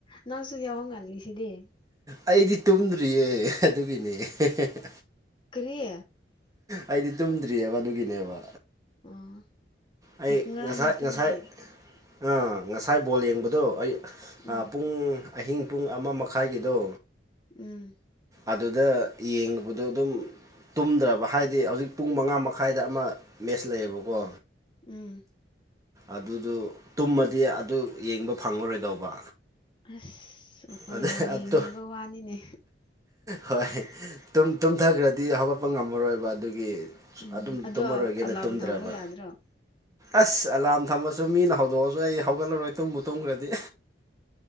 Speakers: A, on the left; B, on the right.
A: ꯅꯪꯁꯨꯨ ꯌꯥꯍꯧꯉꯜꯂꯤꯁꯤꯗꯤ
B: ꯑꯩꯗꯤ ꯇꯨꯝꯗ꯭ꯔꯤꯌꯦ ꯑꯗꯨꯒꯤꯅꯦ ꯑꯦꯍꯦ ꯍꯦ ꯬꯬
A: ꯀꯔꯤ
B: ꯑꯩꯗꯤ ꯇꯨꯝꯗ꯭ꯔꯤꯑꯕ ꯑꯗꯨꯒꯤꯅꯦꯕ
A: ꯎꯝ
B: ꯑꯩ
A: ꯉꯔꯥꯡꯒꯤ
B: ꯉꯁꯥꯏ
A: ꯇꯨꯝꯗ꯭ꯔꯤ
B: ꯉꯁꯥꯏ ꯑꯥꯑ ꯉꯁꯥꯏ ꯕꯣꯜ ꯌꯦꯡꯕꯗꯣ ꯑꯩ
A: ꯎꯝ
B: ꯑꯥ ꯄꯨꯡ ꯑꯍꯤꯡ ꯄꯨꯡ ꯑꯃ ꯃꯈꯥꯏꯒꯤꯗꯣ
A: ꯎꯪ
B: ꯑꯗꯨꯗ ꯌꯦꯡꯉꯨꯕꯗꯣ ꯗꯨꯝ ꯇꯨꯝꯗ꯭ꯔꯕ ꯍꯥꯏꯗꯤ ꯍꯧꯖꯤꯛ ꯄꯨꯡ ꯃꯉꯥ ꯃꯈꯥꯏꯗ ꯑꯃ ꯃꯦꯁ ꯂꯩꯌꯦꯕꯀꯣ
A: ꯎꯝ
B: ꯑꯗꯨꯗꯨ ꯇꯨꯝꯃꯗꯤ ꯑꯗꯨ ꯌꯦꯡꯕ ꯐꯪꯉꯔꯣꯏꯗꯧꯕ
A: ꯑꯥꯁ ꯕꯣꯜꯌꯥꯝ
B: ꯑꯗꯨ ꯑꯗꯨ
A: ꯌꯦꯡꯅꯤꯡꯕ ꯋꯥꯅꯤꯅꯦ
B: ꯍꯣꯏ ꯇꯨꯝꯃꯒ ꯇꯨꯝꯊꯈ꯭ꯔꯗꯤ ꯍꯧꯒꯠꯄ ꯉꯝꯃꯔꯣꯏꯕ ꯑꯗꯨꯒꯤ
A: ꯎꯝ
B: ꯑꯗꯨꯝ
A: ꯑꯗꯣ
B: ꯇꯨꯝꯃꯔꯣꯏꯒꯦꯅ
A: ꯑꯂꯥꯝ
B: ꯇꯨꯝꯗ꯭ꯔꯕ
A: ꯊꯝꯕ ꯌꯥꯗ꯭ꯔꯣ
B: ꯑꯥꯁ ꯑꯦꯂꯥꯔꯝ ꯊꯝꯃꯁꯨ ꯃꯤꯅ ꯍꯧꯗꯣꯛꯑꯖꯨ ꯑꯩ ꯍꯧꯒꯠꯂꯔꯣꯏ ꯇꯨꯝꯕꯨ ꯇꯨꯝꯈ꯭ꯔꯗꯤ